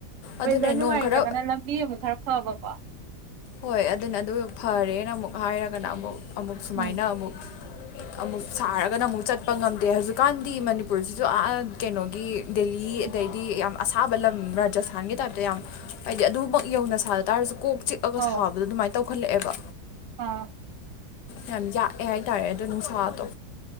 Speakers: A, on the right; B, on the left.
A: ꯋꯦꯗꯔ
B: ꯑꯗꯨꯅꯦ
A: ꯅꯨꯡꯉꯥꯏꯇ꯭ꯔꯒꯅ
B: ꯅꯣꯡ ꯈꯔ
A: ꯂꯝꯕꯤ ꯑꯃꯨꯛ ꯈꯔ ꯐꯕꯀꯣ
B: ꯍꯣꯏ ꯑꯗꯨꯅ ꯑꯗꯨ ꯐꯔꯦꯅ ꯑꯃꯨꯛ ꯍꯥꯏꯔꯒꯅ ꯑꯃꯨꯛ ꯑꯃꯨꯛ ꯁꯨꯃꯥꯏꯅ
A: ꯎꯝ
B: ꯑꯃꯨꯛ ꯑꯃꯨꯛ ꯁꯥꯔꯒꯅ ꯑꯃꯨꯛ ꯆꯠꯄ ꯉꯝꯗꯦ ꯍꯧꯖꯤꯛꯀꯥꯟꯗꯤ ꯃꯅꯤꯄꯨꯔꯁꯤꯁꯨ ꯑꯥ ꯀꯩꯅꯣꯒꯤ ꯗꯦꯂꯤ
A: ꯎꯝ
B: ꯑꯗꯩꯗꯤ ꯌꯥꯝ ꯑꯁꯥꯕ ꯂꯝ ꯔꯥꯖꯁꯊꯥꯟꯒꯤ ꯇꯥꯏꯞꯇ ꯌꯥꯝ ꯍꯥꯏꯗꯤ ꯑꯗꯨꯃꯛ ꯌꯧꯅ ꯁꯥꯗ ꯇꯥꯔꯁꯨ ꯀꯣꯛ ꯆꯤꯛ ꯑꯒ
A: ꯑꯧ
B: ꯁꯥꯕꯗꯣ ꯑꯗꯨꯃꯥꯏꯅ ꯇꯧꯈꯠꯂꯛꯑꯦꯕ
A: ꯑꯥ
B: ꯌꯥꯝ ꯌꯥꯛꯑꯦ ꯍꯥꯏꯇꯥꯔꯦ ꯑꯗꯣ ꯅꯨꯡꯁꯥꯗꯣ